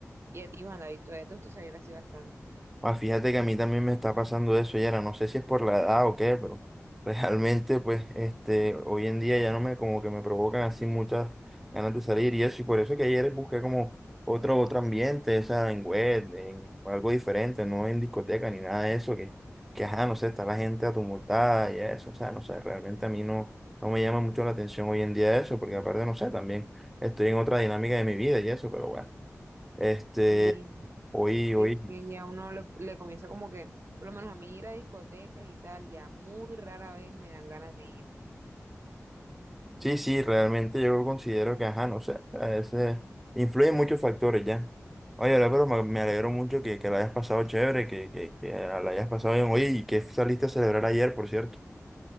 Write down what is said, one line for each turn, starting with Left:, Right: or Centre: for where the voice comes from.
Right: Y a ti, Juan David, ¿tú- te gusta salir así bastante.
Centre: Ah, fíjate que a mí también me está pasando eso, Yera. No sé si es por la edad o qué, pero <laughs> realmente, pues, este, hoy en día ya no me, como que me provocan así muchas ganas de salir y eso. Y por eso que ayer busqué como otro, otro ambiente, o sea, en web, en algo diferente, no en discoteca ni nada de eso, que, que ajá, no sé, está la gente atumultada y eso. O sea, no sé, realmente a mí no, no me llama mucho la atención hoy en día eso, porque aparte, no sé, también estoy en otra dinámica de mi vida y eso, pero bueno, este.
Right: Sí,
Centre: Hoy,
Right: es
Centre: hoy,
Right: que ya uno le, le comienza como que, por lo menos a mí ir a discotecas y tal, ya muy rara vez me dan ganas de ir.
Centre: Sí, sí, realmente yo considero que, ajá, no sé, a veces influyen muchos factores ya. Oye, la pero me, me alegro mucho que, que la hayas pasado chévere, que, que, que la hayas pasado bien. Oye, ¿y qué saliste a celebrar ayer, por cierto?